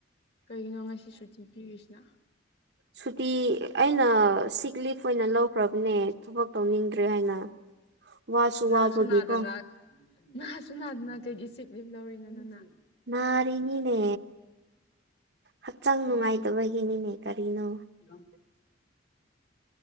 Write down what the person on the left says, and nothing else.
ꯀꯩꯒꯤꯅꯣ ꯉꯁꯤ ꯁꯨꯇꯤ ꯄꯤꯔꯤꯁꯤꯅ
ꯅꯥꯁꯨ
ꯅꯥꯗꯅ ꯅꯥꯥꯁꯨ ꯅꯥꯗꯅ ꯀꯩꯒꯤ ꯆꯤꯛꯂꯤꯞ ꯂꯧꯔꯤꯅ ꯅꯅ
ꯑꯦ
<unintelligible>